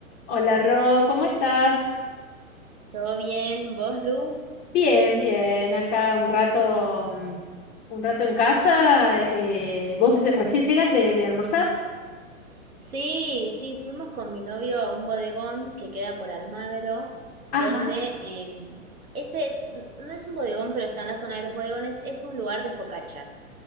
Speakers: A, on the left; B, on the right.
A: Hola Ro, ¿cómo estás?
B: ¿Todo bien? ¿Vos, Lu?
A: Bien, bien, acá un rato, mm, un rato en casa. eh, ¿vos recién llegas de, de almorzar?
B: Sí, sí, fuimos con mi novio a un bodegón que queda por Almagro, donde
A: Ajá.
B: eh, este es, no es un bodegón, pero está en la zona de los bodegones, es un lugar de focachas.